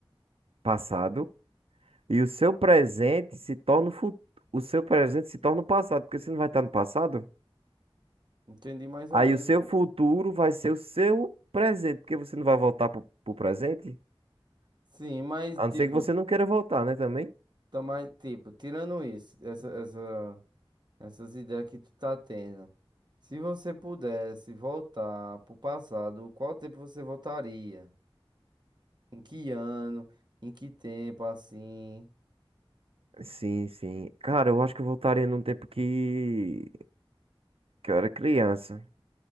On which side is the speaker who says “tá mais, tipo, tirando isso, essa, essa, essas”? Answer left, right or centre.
Right